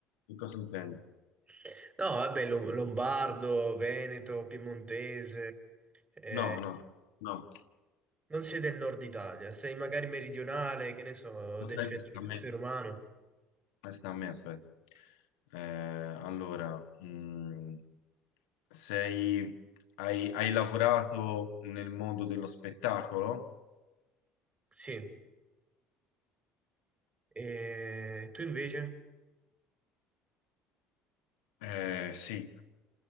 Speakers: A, on the left; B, on the right.
A: che cosa intendi?
B: <laughs> No, vabbè, lo- Lombardo, Veneto, Piemontese, eh,
A: No, no, no.
B: non sei del nord Italia, sei magari meridionale, che ne so,
A: Aspetta,
B: del centro,
A: sta a me.
B: sei romano?
A: Eh, Sta a me, aspetta. Eh, allora, mh, sei, hai, hai lavorato nel mondo dello spettacolo?
B: Sì. E tu invece?
A: Eh, sì.